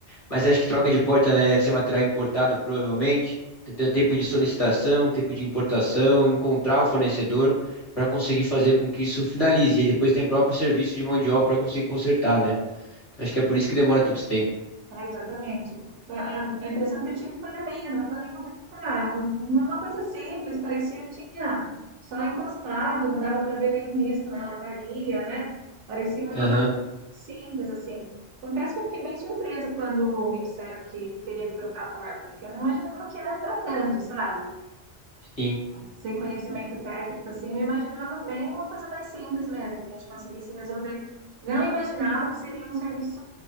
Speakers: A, on the left (about 30°); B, on the right (about 75°).
A: Mas acho que troca de porta, né? Deve ser material importado, provavelmente. Então tem o tempo de solicitação, tempo de importação, encontrar o fornecedor para conseguir fazer com que isso finalize. E aí depois tem o próprio serviço de mão de obra para conseguir consertar, né? Então, acho que é por isso que demora tanto tempo.
B: É, exatamente. A, a- a impressão que eu tive foi a mesma. Quando eu vi, eu falei, ah, é uma uma coisa simples, parecia que tinha só encostado, não dava para ver nenhum risco na lataria, né? Parecia uma
A: Aham,
B: massinha simples, assim. Confesso que eu fiquei bem surpresa quando me disseram que teria que trocar a porta, porque eu não imaginava que era para tanto, sabe?
A: sim,
B: sem conhecimento técnico, assim, eu imaginava bem uma coisa mais simples mesmo, que a gente conseguisse resolver. Não imaginava que seria um serviço